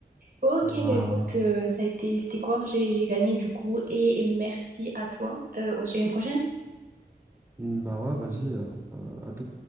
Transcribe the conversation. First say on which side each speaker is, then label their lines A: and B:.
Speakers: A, on the right; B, on the right.
A: Ok,
B: Ouais,
A: bah écoute, euh, ça a été, c'était quoi? J'ai, j'ai gagné du coup et, et merci à toi. Euh, on se dit à une prochaine.
B: Bah ouais, vas-y, euh, à tout.